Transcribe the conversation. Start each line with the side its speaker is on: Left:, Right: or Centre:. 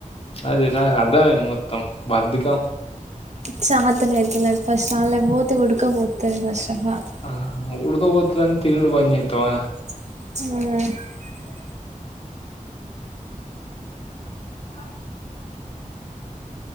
Left: అది నాకు అర్థమైంది మొత్తం బద్ధకం
Right: చత అతే నా ఫస్ట్ ఆన్ల పోతే ఉడుక పోతది ఫస్ట్ ఆఫ్ ఆల్
Left: ఆ ఉడుకపోతదని తినిడు బంద్ చేతవానే
Right: ఆ
Left: ఆ